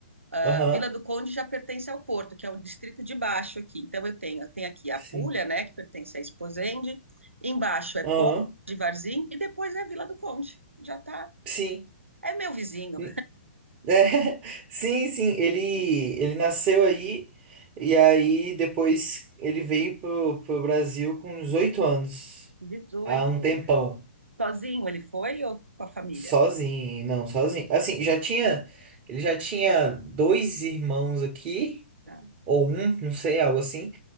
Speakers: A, on the right; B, on the right.
A: A
B: Aham.
A: Vila do Conde já pertence ao Porto, que é o distrito de baixo aqui. Então eu tenho, eu tenho aqui a
B: Sim.
A: Puglia, né, que pertence a Esposende. Embaixo é
B: Aham.
A: Póvoa de Varzim e depois é a Vila do Conde. Já tá.
B: Sim.
A: É meu vizinho.
B: N- é, <laughs> Sim, sim. Ele, ele nasceu aí e aí depois ele veio pro, pro Brasil com uns oito anos.
A: 18.
B: Há um tempão.
A: Sozinho ele foi ou com a família?
B: Sozinho, não, sozinho. Assim, já tinha. Ele já tinha dois irmãos aqui,
A: Ah,
B: ou um, não sei, algo assim.